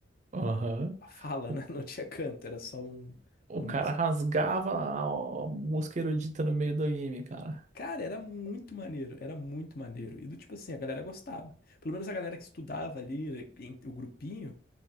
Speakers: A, on the right (about 35°); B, on the left (about 50°).
A: Aham.
B: a fala,
A: O,
B: né? <laughs> Não tinha canto, era só um-
A: o
B: uma
A: cara
B: música.
A: rasgava a, a música erudita no meio do anime, cara.
B: Cara, era muito maneiro, era muito maneiro. E do tipo assim, a galera gostava. Pelo menos a galera que estudava ali, em- o grupinho,